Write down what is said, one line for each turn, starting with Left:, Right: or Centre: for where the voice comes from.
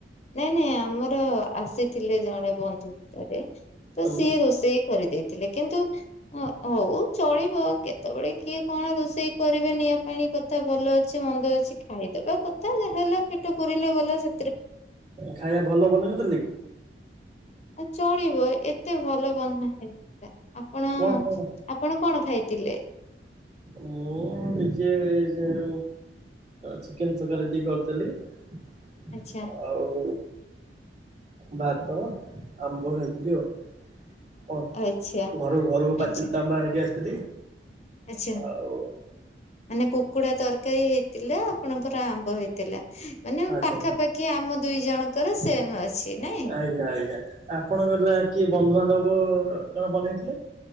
Left: ନାଇଁ ନାଇଁ ଆମର ଆସିଥିଲେ ଜଣେ ବନ୍ଧୁ ଭିତରେ। ତ
Right: ଆଉ
Left: ସିଏ ରୋଷେଇ କରିଦେଇଥିଲେ। କିନ୍ତୁ ଅ ହଉ ଚଳିବ କେତେବେଳେ କିଏ କଣ ରୋଷେଇ କରିବ <unintelligible> କିଛି ମନ୍ଦ ଅଛି ଖାଇଦବା କଥା ଯାହା ହେଲା ପେଟ ପୁୁରିଲେ ଗଲା ସେ।
Right: ଖାଇବା ଭଲ ବନେଇ ନଥିଲେ କି?
Left: ଆଉ ଚଳିବ ଏତେ ଭଲ ବନା ହେଇନଥିଲା। ଆପଣ
Right: କଣ କଣ
Left: ଆପଣ କଣ ଖାଇଥିଲେ?
Right: ମୁଁ ନିଜେ ଯୋଉଁ। ଚିକେନ ତରକାରୀ ଟିକେ କରିଥିଲି।
Left: ଆଚ୍ଛା
Right: ଆଉ ଭାତ ଆମ୍ବ ଖାଇଥିଲି ଆଉ। କଣ
Left: ଆଚ୍ଛା
Right: ଘର ଘରକୁ ପାଚିଲା
Left: ଆଚ୍ଛା
Right: ଆମ୍ୱ ଆଣିକି ଆସିଥିଲି।
Left: ଆଚ୍ଛା
Right: ଆଉ
Left: ମାନେ କୁକୁଡା ତରକାରୀ ହେଇଥିଲା ଆପଣଙ୍କର ଆମ୍ବ ହେଇଥିଲା। ମାନେ
Right: ଆଜ୍ଞା
Left: ପାଖାପାଖି ଆମ ଦୁଇ ଜଣଙ୍କର ସେମ ଅଛି ନାଇଁ।
Right: ଆଜ୍ଞା ଆଜ୍ଞା ଆପଣଙ୍କ ହେଲା କିଏ ବନ୍ଧୁବାନ୍ଧବ ଜଣେ ବନେଇଥିଲେ